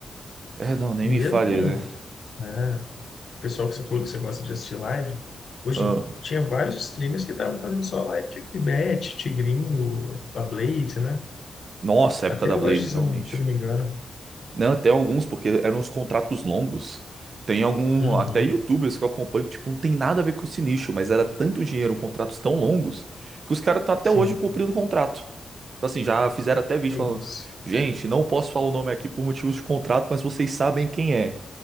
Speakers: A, on the right; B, on the left.
A: É, não, nem
B: E
A: me
B: Mesmo
A: fale,
B: com,
A: né?
B: né, o pessoal que você falou que você gosta de assistir live, hoje
A: Ah.
B: tinha vários streamers que estavam fazendo só live de Bet, Tigrinho, a Blaze, né?
A: Nossa, época
B: Até
A: da
B: hoje,
A: Blaze, realmente.
B: se eu não, se eu não me engano.
A: Não, até alguns, porque eram uns contratos longos. Tem algum,
B: Uhum,
A: até YouTubers que eu acompanho, que, tipo, não tem nada a ver com esse nicho, mas era tanto dinheiro, contratos tão longos, que os caras estão até
B: sim,
A: hoje cumprindo o contrato. Tipo assim, já fizeram até
B: que
A: vídeo falando,
B: isso.
A: gente, não posso falar o nome aqui por motivos de contrato, mas vocês sabem quem é.